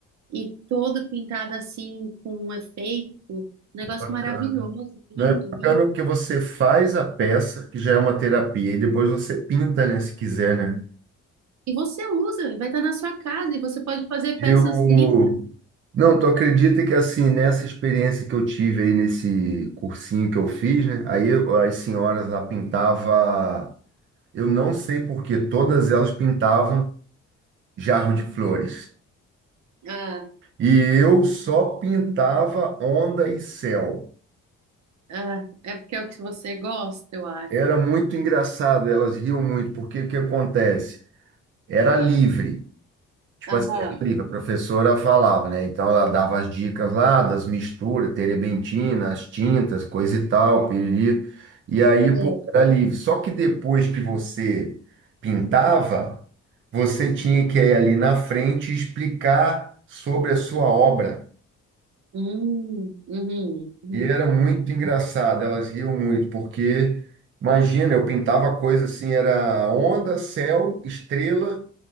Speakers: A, on the right (about 65°); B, on the right (about 40°).
A: e todo pintado assim com um efeito, um negócio
B: bacana.
A: maravilhoso, lindo,
B: Não é bacana
A: lindo.
B: porque você faz a peça, que já é uma terapia, e depois você pinta, né? Se quiser, né?
A: E você usa, vai estar na sua casa e você pode fazer
B: Eu.
A: peças lindas.
B: Não, tu acredita que assim, nessa experiência que eu tive aí nesse cursinho que eu fiz, né? Aí eu- as senhoras lá pintava, eu não sei por quê, todas elas pintavam jarro de flores.
A: Ah,
B: E eu só pintava onda e céu.
A: ah, é porque é o que você gosta, eu acho.
B: Era muito engraçado, elas riam muito, porque o que acontece? Era livre. Tipo
A: Aham.
B: assim, era livre, a professora falava, né? Então ela dava as dicas lá das misturas, terebentina, as tintas, coisa e tal, piriri. E aí,
A: É.
B: pô, era livre. Só que depois que você pintava, você tinha que ir ali na frente e explicar sobre a sua obra.
A: Hum, uhum, uhum.
B: E era muito engraçado, elas riam muito, porque imagina, eu pintava coisa assim, era onda, céu, estrela